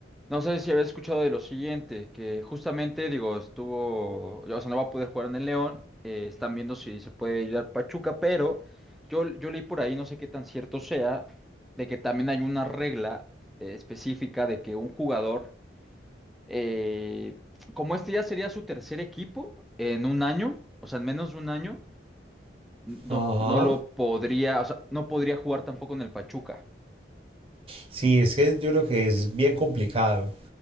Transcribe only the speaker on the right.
Ajá.
Sí, es que yo creo que es bien complicado.